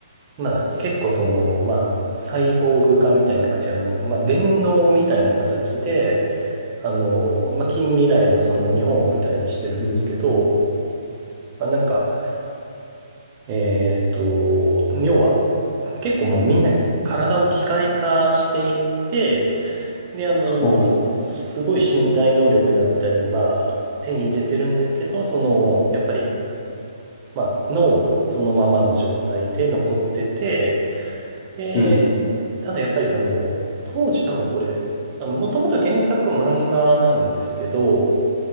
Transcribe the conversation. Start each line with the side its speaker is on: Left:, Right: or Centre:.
Right: まあ結構その、まあ、サイボーグ化みたいな感じ、あの、まあ電脳みたいな形で、あの、まあ近未来のその日本を舞台にしてるんですけど、
Left: うん。
Right: まあなんか、えっと、要は、結構もうみんな体を機械化していって、で、あの、
Left: はう。
Right: すごい身体能力だったり、まあ、手に入れてるんですけど、その、やっぱり、まあ、脳はそのままの状態で残ってて、で、
Left: うん。
Right: ただやっぱりその、当時多分これ、あの、もともと原作漫画なんですけど、